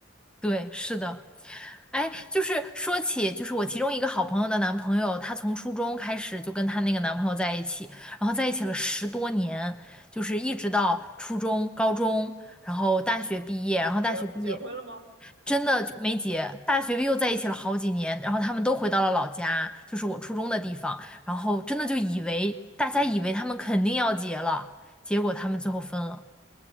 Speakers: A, in the centre; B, on the right (about 70°).
A: 对，是的，哎，就是说起，就是我其中一个好朋友的男朋友，他从初中开始就跟她那个男朋友在一起，然后在一起了十多年，就是一直到初中、高中，然后大学毕业，然后大学毕业
B: 结结婚了吗？
A: 真的就没结，大学毕业又在一起了好几年，然后他们都回到了老家，就是我初中的地方，然后真的就以为大家以为他们肯定要结了，结果他们最后分了，